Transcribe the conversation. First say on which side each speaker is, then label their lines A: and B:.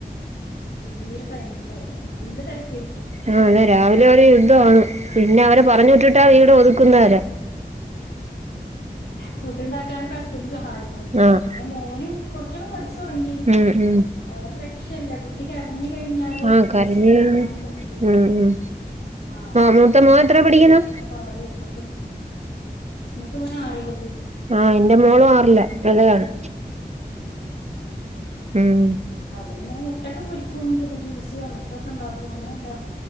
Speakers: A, on the left (about 75°); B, on the right (about 40°).
A: തീരെ ടയ്മ് ഇണ്ടാവൂല്ല. നല്ല തെരക്കായി
B: ആഹ് അതെ രാവിലെ അവര് യുദ്ധ വാണ്. പിന്നെ അവരെ പറഞ്ഞ് വിട്ടി വീട് ഒതുക്കുന്നവരെ
A: ഫുഡ് ഇണ്ടാക്കാനൊക്കെ ഹസ്ബന്ഡ സഹായിക്കും.
B: ആഹ്
A: പിന്നെ മോനും കൊറ്പച്ചൊക്കെ പഠിച്ചു തൊടങ്ങി
B: ഉം ഉം
A: വേറൊരു രക്ഷല്ല കുട്ടി ഞ്ഞി കഴിഞ്ഞാല്
B: ആഹ് കരഞ്ഞ്
A: പിന്നെ ആരിം പറ്റൂല
B: ഉം ഉം
A: ആ
B: മൂത്ത മോൻ എത്ര പഠിക്കുന്നു
A: പിന്നെ പാലു കൊടുത്തിട്ട് ന്നത്ത് ബെനാറിലും
B: ആ ന്റെ മോളും ആറില്ല എടെയാണ് ഉം
A: ഓന്ങ്ങനെ മുട്ടൊക്കെ പൊരിക്കും പിന്നെ ജ്യൂസ് അങ്ങനത്തൊക്കെ ഉണ്ടാക്കും പിന്നെ എല്ലാ